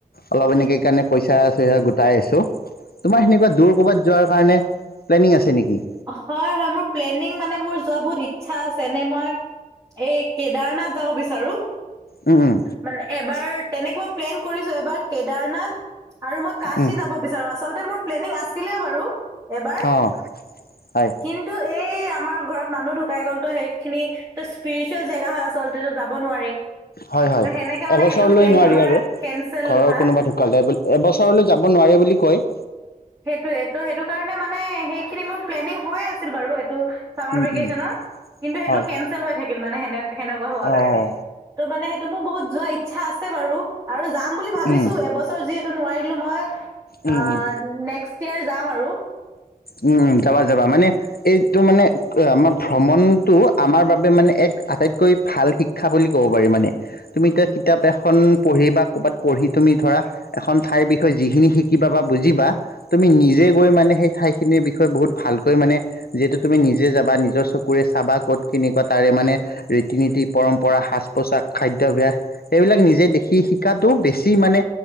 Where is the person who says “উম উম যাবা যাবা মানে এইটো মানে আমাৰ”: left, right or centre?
Left